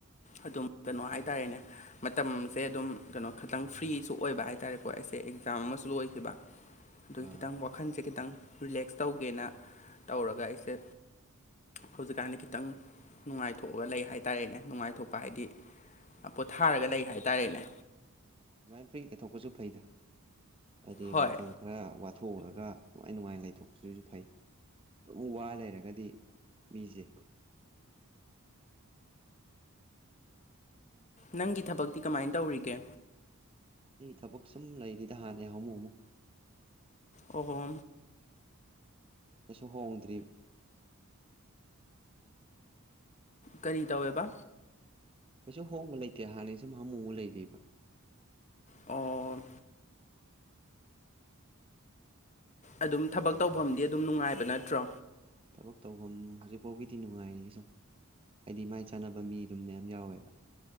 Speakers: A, on the left; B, on the right.
A: ꯑꯗꯨꯝ ꯀꯩꯅꯣ ꯍꯥꯏꯇꯥꯔꯦꯅꯦ ꯃꯇꯝꯁꯦ ꯑꯗꯨꯝ ꯀꯩꯅꯣ ꯈꯤꯇꯪ ꯐ꯭ꯔꯤꯁꯨ ꯑꯣꯏꯕ ꯍꯥꯏ ꯇꯥꯔꯦꯀꯣ ꯑꯩꯁꯦ ꯑꯦꯛꯖꯥꯝ ꯑꯃꯁꯨ ꯂꯣꯏꯈꯤꯕ ꯑꯗꯨꯒꯤ
B: ꯑꯥ
A: ꯈꯤꯇꯪ ꯋꯥꯈꯟꯁꯦ ꯈꯤꯇꯪ ꯔꯤꯂꯦꯛꯁ ꯇꯧꯒꯦꯅ ꯇꯧꯔꯒ ꯑꯩꯁꯦ ꯍꯧꯖꯤꯛꯀꯥꯟꯗꯤ ꯈꯤꯇꯪ ꯅꯨꯡꯉꯥꯏꯊꯣꯛꯑꯒ ꯂꯩ ꯍꯥꯏꯇꯥꯔꯦꯅꯦ ꯅꯨꯡꯉꯥꯏꯊꯣꯛꯄ ꯍꯥꯏꯗꯤ ꯄꯣꯊꯥꯔꯒ ꯂꯩ ꯍꯥꯏꯇꯥꯔꯦꯅꯦ
B: ꯑꯣ ꯑꯗꯨꯃꯥꯏꯅ ꯐꯔꯤ ꯂꯩꯊꯣꯛꯄꯁꯨ ꯐꯩꯗ ꯍꯥꯏꯗꯤ
A: ꯍꯣꯏ
B: ꯃꯇꯝ ꯈꯔ ꯋꯥꯊꯣꯛꯎꯔꯒ ꯅꯨꯡꯉꯥꯏ ꯅꯨꯡꯉꯥꯏꯅ ꯂꯩꯊꯣꯛꯄꯁꯤꯁꯨ ꯐꯩ ꯑꯗꯨꯝ ꯋꯥ ꯂꯩꯔꯒꯗꯤ ꯃꯤꯁꯦ
A: ꯅꯪꯒꯤ ꯊꯕꯛꯇꯤ ꯀꯃꯥꯏꯅ ꯇꯧꯔꯤꯒꯦ
B: ꯑꯩ ꯊꯕꯛ ꯁꯨꯝ ꯂꯩꯔꯤꯗ ꯍꯥꯟꯅꯩ ꯍꯥꯃꯨ ꯍꯥꯃꯨ
A: ꯑ‌ꯣ
B: ꯀꯩꯁꯨ ꯍꯣꯡꯗ꯭ꯔꯤꯕ
A: ꯀꯔꯤ ꯇꯧꯋꯦꯕ
B: ꯀꯩꯁꯨ ꯍꯣꯡꯕ ꯂꯩꯇꯦ ꯍꯥꯟꯅꯩ ꯁꯨꯝ ꯍꯥꯃꯨ ꯍꯥꯃꯨꯨ ꯂꯩꯔꯤꯕ
A: ꯑꯣ ꯑꯗꯨꯝ ꯊꯕꯛ ꯇꯧꯐꯝꯗꯤ ꯑꯗꯨꯝ ꯅꯨꯡꯉꯥꯏꯕ ꯅꯠꯇ꯭ꯔꯣ
B: ꯊꯕꯛ ꯇꯧꯐꯝ ꯍꯧꯖꯤꯛꯐꯥꯎꯒꯤꯗꯤ ꯅꯨꯡꯉꯥꯏꯔꯤ ꯁꯨꯝ ꯍꯥꯏꯗꯤ ꯃꯥꯏ ꯆꯥꯟꯅꯕ ꯃꯤ ꯑꯗꯨꯝ ꯃꯌꯥꯝ ꯌꯥꯎꯋꯦꯕ